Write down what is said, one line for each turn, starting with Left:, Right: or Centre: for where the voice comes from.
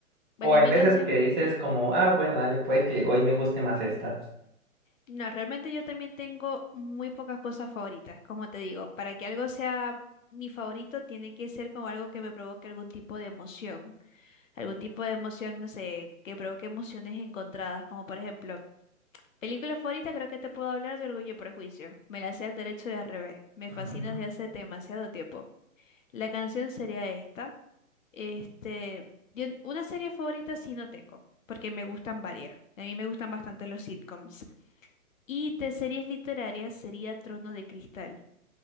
Left: Bueno,
Right: o hay
Left: es mi
Right: veces
Left: canción.
Right: que dices como, ah, bueno, dale, puede que hoy me guste más esta.
Left: No, realmente yo también tengo muy pocas cosas favoritas, como te digo. Para que algo sea mi favorito, tiene que ser como algo que me provoque algún tipo de emoción. algún tipo de emoción, no sé, que provoque emociones encontradas, como por ejemplo, película favorita, creo que te puedo hablar de Orgullo y Prejuicio. Me la sé al derecho y al revés. Me
Right: Ujú.
Left: fascina desde hace demasiado tiempo. La canción sería esta. Este, yo n- una serie favorita sí no tengo, porque me gustan varias. A mí me gustan bastante los sitcoms. Y de series literarias sería Trono de Cristal,